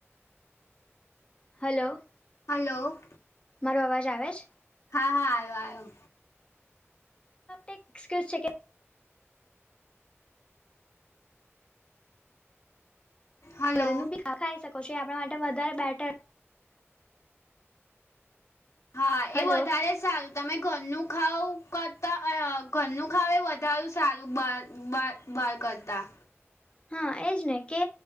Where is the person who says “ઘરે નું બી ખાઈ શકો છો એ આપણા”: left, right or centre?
Left